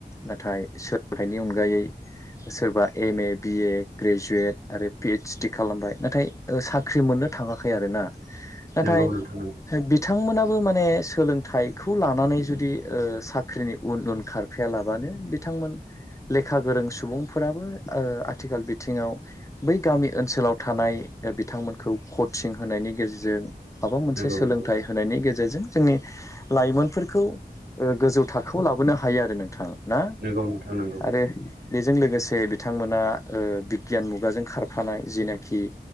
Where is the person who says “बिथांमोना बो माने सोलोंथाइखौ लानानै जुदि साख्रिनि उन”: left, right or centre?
Left